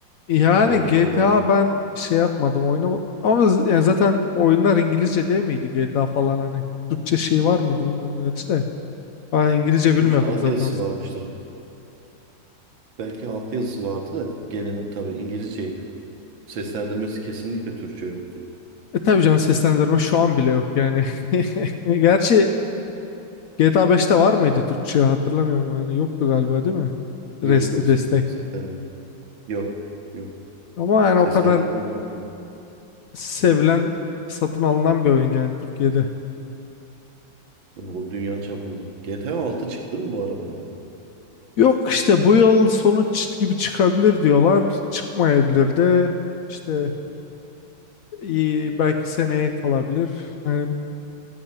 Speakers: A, on the left; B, on the right.
A: Yani
B: grafik
A: GTA
B: olarak.
A: ben şey yapmadım oynama ama z- yani zaten oyunlar İngilizce değil miydi GTA falan hani Türkçe şey var mıydı bilmiyorum gerçi de. Ben İngilizce
B: Türkçe
A: bilmiyordum
B: altyazısı
A: zaten o zaman.
B: varmıştır. Belki altyazısı vardı da gene tabii İngilizceydi. Seslendirmesi kesinlikle Türkçe yoktu.
A: E tabii canım seslendirme şu an bile yok yani. <laughs> Gerçi GTA 5'te var mıydı Türkçe hatırlamıyorum yani yoktu galiba değil mi? Resmi
B: Yok yok
A: destek.
B: ses, seslendirme. Yok yok.
A: Ama yani
B: Seslendirme
A: o kadar
B: olarak yine.
A: sevilen satın alınan bir oyun yani Türkiye'de.
B: O dünya çapında. GTA altı çıktı mı bu arada ya?
A: Yok işte bu yıl sonu çı- gibi çıkabilir diyorlar. Çıkmayabilir de işte iyi, belki seneye kalabilir. Yani